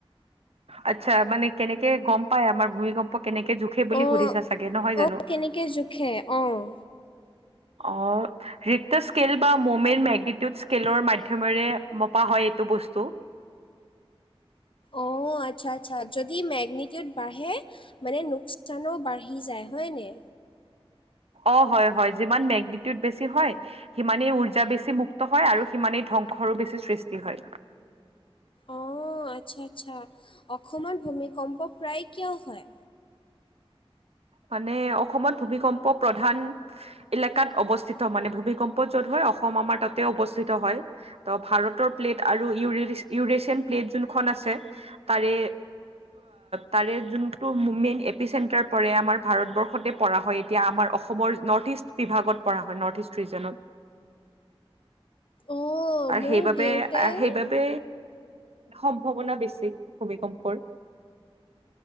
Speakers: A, on the right; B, on the left.
A: আচ্ছা মানে কেনেকে গম পাই আমাৰ ভূমিকম্প, কেনেকে যো- সেই বুলি
B: অ',
A: সুধিছা চাগে নহয় জানো
B: অ', কেনেকে জোখে অ'।
A: আহ হিখটিষ্ট স্কেল, বা মমেন্ত মেগনিটিউড স্কেলৰ, মাধ্যমেৰে মপা হয় এইটো বস্তু।
B: অ আচ্ছা -আচ্ছা যদি মেগনিটিউড বাঢ়ে। মানে নুকচানো বাঢ়ি যায় হয়। নে
A: অ হয় হয় যিমান মেগনিটিউড বেছি হয়। সিমানেই উৰ্জা বেছি মুক্ত হয়। আৰু সিমানেই ধ্বংসৰো বেছি সৃষ্টি হয়।
B: অ আচ্ছা- আচ্ছা অসমত ভূমিকম্প, প্ৰায়ে কিয় হয়?
A: মানে অসমত ভূমিকম্প, প্ৰধান এলেকাত অৱস্থিত মানে ভূমিকম্প, য'ত হয় অসম আমাৰ তাতে অৱস্থিত হয়। ত ভাৰতৰ, প্লেট আৰু ই ইউৰেছিয়ান, প্লেট যোনখন আছে। তাৰে তাৰে যোনটো মেইন এপিচেন তাৰ পৰে আমাৰ ভাৰতবৰ্ষতে, পৰা হয় এতিয়া আমাৰ অসমৰ নৰ্থ ইষ্ট, বিভাগত পৰা হয় নৰ্থ ইষ্ট ৰিজনত আৰু
B: অ' মোৰ
A: সেইবাবে
B: দেউতাইও
A: -সেইবাবে সম্ভাৱনা বেছি ভূমিকম্পৰ,